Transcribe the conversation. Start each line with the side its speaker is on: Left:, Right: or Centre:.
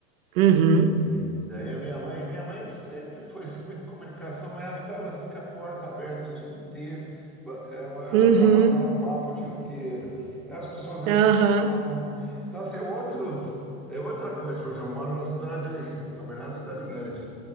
Right: Uhum.
Centre: E daí a minha mãe, minha mãe sempre foi assim, de muita comunicação, mas ela ficava assim com a porta aberta o dia inteiro, Ba- ela, ela
Right: Uhum.
Centre: ficava batendo papo o dia inteiro. E as pessoas entravam.
Right: Aham.
Centre: Nossa, é outro, é outra coisa, por exemplo, eu moro numa cidade, São Bernardo, é uma cidade grande.